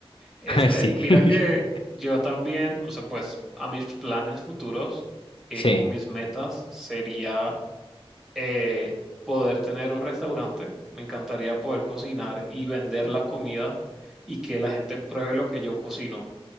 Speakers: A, in the centre; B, on the left.
A: Este,
B: <laughs> Sí.
A: mira
B: <laughs>
A: que yo también, o sea, pues a mis planes futuros eh,
B: Sí.
A: o mis metas sería eh, poder tener un restaurante, me encantaría poder cocinar y vender la comida y que la gente pruebe lo que yo cocino.